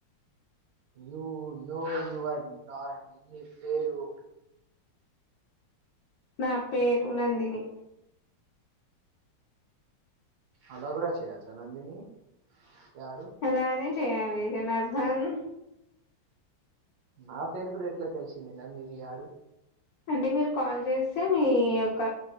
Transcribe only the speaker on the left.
నా పేరు నందిని
అలానే చెయాలి జనార్ధన్ <unintelligible>
అంటే మీరు కాల్ చేస్తే మీ యొక్క